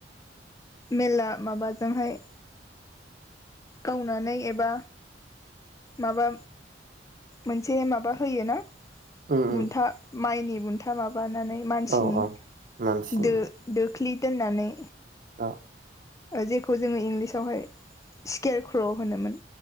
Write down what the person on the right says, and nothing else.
उम उम
औ औ मानसिनि
औ